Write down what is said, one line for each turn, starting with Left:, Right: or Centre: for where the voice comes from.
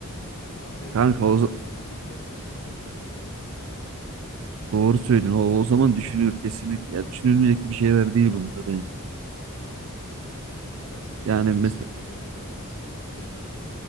Left: Ya tam bir emekli
Right: kanka
Left: hayatı
Right: o za-
Left: aslında. Çok ilerisi için güzel bir düşünce olabilir.
Right: doğru söylüyorsun. O, o zaman düşünülür kesinlikle. Ya düşünülmeyecek gibi şeyler değil bunlar bence.
Left: Ben çünkü gezmek
Right: Yani mesela
Left: istiyorum dünyayı biraz. Yani